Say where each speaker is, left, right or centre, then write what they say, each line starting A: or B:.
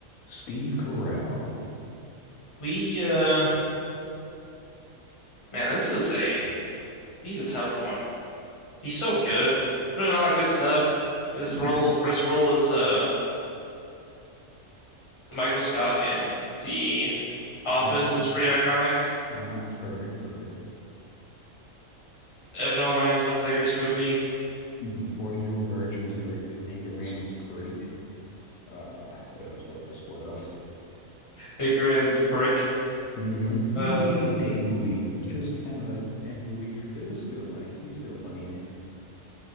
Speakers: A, on the left; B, on the left.
A: Steve Carell.
B: We uh man, this is a he's a tough one. He's so good. Put in a lot of good stuff. His
A: Mhm.
B: role his role as uh Michael Scott in The Office
A: Office.
B: is pretty iconic.
A: Uh-huh. It's perfect. Perfect.
B: Evan Almighty is a hilarious movie.
A: Mm-hmm. The 40-Year-Old Virgin was great. Anchorman
B: <laughs>
A: was great. Uh, what else? What else? What else?
B: Edgar Wright's Brick.
A: hmm I
B: Uh
A: mean, even Date Movie, which was kind of a eh, movie, but it was still funny. He was still funny in it.